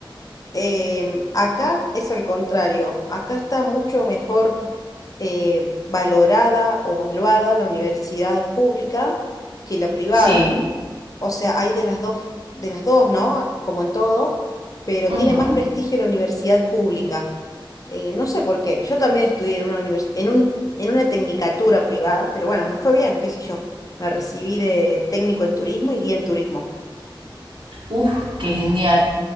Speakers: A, on the left; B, on the right.
A: Em, acá es al contrario, acá está mucho mejor eh, valorada o valuada la universidad pública que la privada.
B: Sí.
A: O sea, hay de las dos, de las dos, ¿no? Como en todo, pero
B: ujú.
A: tiene más prestigio la universidad pública. Eh, no sé por qué. Yo también estudié en una univers- en un, en una tecnicatura privada, pero bueno, me fue bien, qué sé yo. Me recibí de técnico en turismo y guía en turismo.
B: Uf, qué genial.